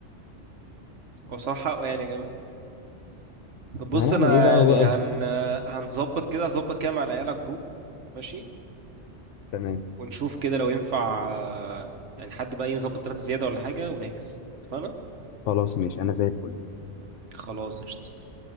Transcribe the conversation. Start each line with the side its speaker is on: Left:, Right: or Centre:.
Right: هو صراحة حقه يعني يا جماعة طب بص
Left: ما هنعمل
Right: أنا
Left: ايه بقى هو
Right: يعني
Left: قصدي
Right: هن آه، هنظبط كده هظبط كده مع العيال على جروب ماشي
Left: تمام
Right: ونشوف كده لو ينفع آه، يعني حد بقى ينظبط تلاتة زيادة ولا حاجة ونحجز اتفقنا؟
Left: خلاص ماشي انا زي الفل
Right: خلاص قشطة